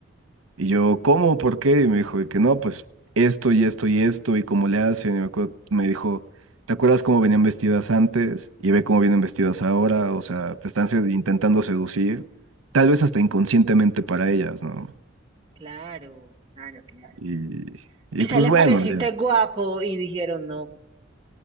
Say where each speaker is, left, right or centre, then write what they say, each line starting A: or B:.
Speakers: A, on the right; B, on the right.
A: Y yo, ¿cómo? ¿Por qué? Y me dijo, y que no, pues esto y esto y esto, y cómo le hacen. Y me acuerdo- me dijo, ¿te acuerdas cómo venían vestidas antes? Y ve cómo vienen vestidas ahora. O sea, te están sed- intentando seducir, tal vez hasta inconscientemente para ellas, ¿no?
B: Claro, claro, claro.
A: Y, y
B: Quizás
A: pues
B: les
A: bueno,
B: pareciste
A: ya,
B: guapo y dijeron, no,